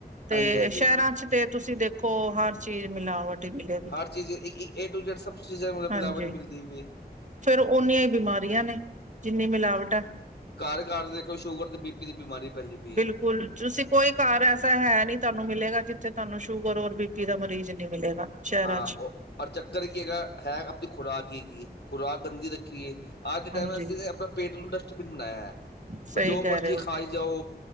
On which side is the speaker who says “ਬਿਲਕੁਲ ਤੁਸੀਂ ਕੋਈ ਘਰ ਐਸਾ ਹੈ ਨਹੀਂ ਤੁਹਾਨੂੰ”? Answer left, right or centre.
Right